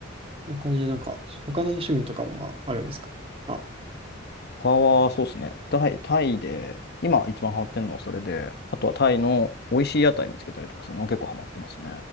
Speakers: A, on the right; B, on the left.
A: 他になんか、他に趣味とかもあるんですかあ、
B: 他はそうですね。タイ、タイで、今一番ハマってるのはそれで、あとはタイの美味しい屋台見つけたりとかするの結構ハマってますね。